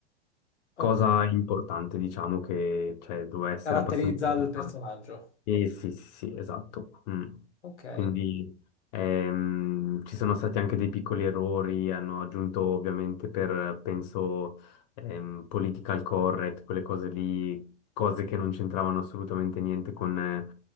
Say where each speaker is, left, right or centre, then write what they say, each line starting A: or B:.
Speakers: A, on the left; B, on the left.
A: Ok.
B: cosa importante, diciamo, che cioè, doveva essere
A: Caratterizza
B: abbastanza importante.
A: il personaggio.
B: Sì, sì, sì, sì, esatto. Mm.
A: Ok.
B: Quindi ehm, ci sono stati anche dei piccoli errori, hanno aggiunto ovviamente per, penso, ehm, political correct, quelle cose lì, cose che non c'entravano assolutamente niente con, eh,